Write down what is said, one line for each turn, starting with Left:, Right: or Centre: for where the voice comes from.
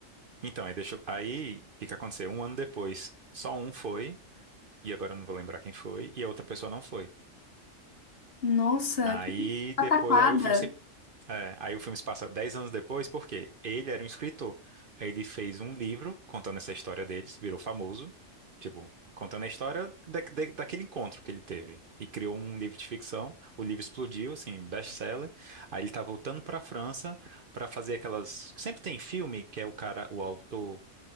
Right: Então, aí deixa, aí o que que aconteceu? Um ano depois, só um foi, e agora eu não vou lembrar quem foi, e a outra pessoa não foi.
Left: Nossa,
Right: Aí
Left: que pataquada.
Right: depois, aí o filme se É, aí o filme se passa 10 anos depois, porque ele era um escritor. Ele fez um livro contando essa história deles, virou famoso, tipo, contando a história da- da- daquele encontro que ele teve. E criou um livro de ficção, o livro explodiu, assim, best-seller. Aí ele tá voltando pra França pra fazer aquelas. Sempre tem filme que é o cara, o autor,